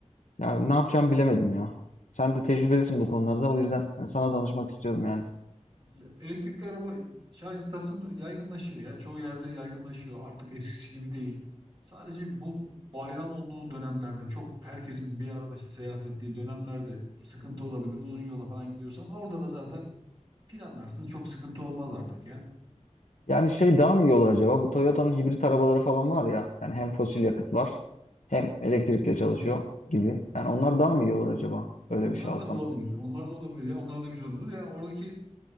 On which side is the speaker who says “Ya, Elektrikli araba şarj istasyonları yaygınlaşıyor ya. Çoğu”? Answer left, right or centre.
Right